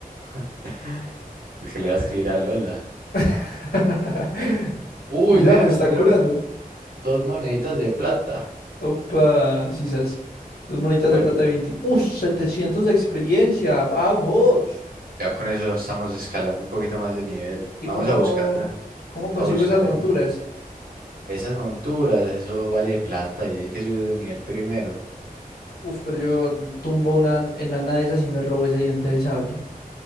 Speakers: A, on the right; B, on the left.
A: <laughs> Porque le va a escribir a Lola.
B: <laughs>
A: Uy,
B: Mira,
A: vea,
B: me
A: nos
B: está
A: dieron
B: curando.
A: dos moneditas de plata.
B: Opa, sisas. Dos monitas de
A: Bueno,
B: plata de 20. ¡Uh! setecientos de experiencia, vamos.
A: ya con eso estamos escalando un poquito más de nivel.
B: ¿Y
A: Vamos
B: cómo,
A: a buscar.
B: cómo consigo
A: a buscar
B: esas monturas?
A: el- esas monturas, eso vale plata y hay que subir de nivel primero.
B: Uf, pero yo tumbo una enana de esas y me robo ese diente de sable.